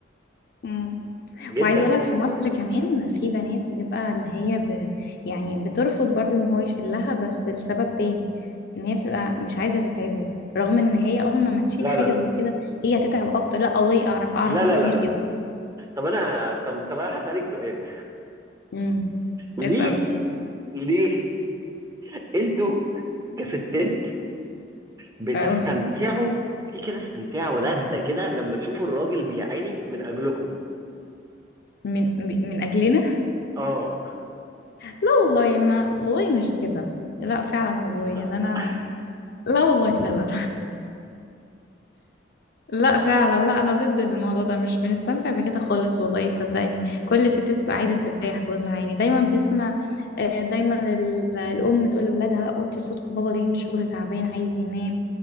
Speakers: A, on the left; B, on the right.
A: امم
B: جدا
A: وعايزه اقول لك في مصر كمان في بنات بتبقى اللي هي ب... يعني بترفض برضو ان هو يشيلها بس لسبب تاني ان هي بتبقى مش عايزه تتعبه رغم ان هي اصلا لما تشيل
B: لا
A: حاجه
B: لا لا
A: زي كده هي هتتعب اكتر لا والله اعرف اعرف
B: لا
A: ناس
B: لا
A: كتير
B: لا لا
A: كده
B: طب انا طب طب انا هسالك سؤال
A: امم
B: ليه
A: اسال
B: ليه انتوا كستات بتستمتعوا
A: اه
B: في كده استمتاع ولذة كده لما تشوفوا الراجل بيعاني من اجلكم
A: من ب- من اجلنا
B: اه
A: لا والله ما والله مش كده لا فعلا والله
B: <laughs>
A: ان انا لا والله لا لا لا فعلا لا انا ضد الموضوع ده مش بنستمتع بكده خالص والله صدقني كل ست بتبقى عايزه تريح جوزها يعني دايما بتسمع آه، دايما ال- الام تقول لاولادها اوطي صوتكم بابا جاي من الشغل تعبان عايز ينام